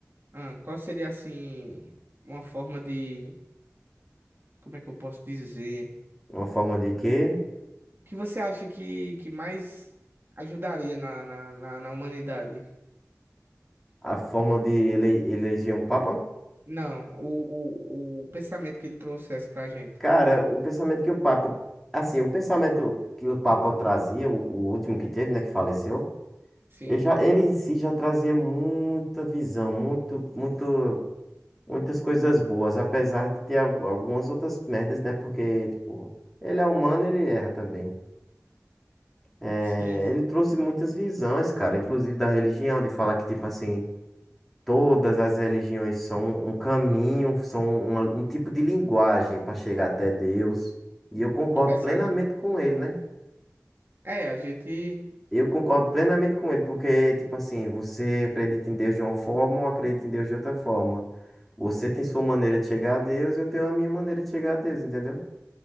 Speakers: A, on the right (about 45°); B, in the centre.
A: ah, qual seria assim, uma forma de, como é que eu posso dizer?
B: uma forma de quê?
A: O que você acha que, que mais ajudaria na, na, na, na humanidade?
B: A forma de ele, eleger um papa?
A: Não, o, o, o pensamento que ele trouxesse pra gente.
B: Cara, o pensamento que o papa... Assim, o pensamento que o papa trazia, o, o último que teve, né, que faleceu,
A: Sim,
B: Ele, já, ele em si já trazia muita visão, muito, muito, muitas coisas boas, apesar de ter al- algumas outras merdas, né? Porque, tipo, ele é humano, ele erra também. É,
A: sim, sim,
B: ele trouxe muitas visões, cara, inclusive da religião, de falar que, tipo assim, todas as religiões são um caminho, são uma- um tipo de linguagem para chegar até Deus. E eu concordo
A: exatamente.
B: plenamente com ele, né?
A: É, a gente,
B: Eu concordo plenamente com ele, porque, tipo assim, você acredita em Deus de uma forma ou acredita em Deus de outra forma. Você tem sua maneira de chegar a Deus, eu tenho a minha maneira de chegar a Deus, entendeu?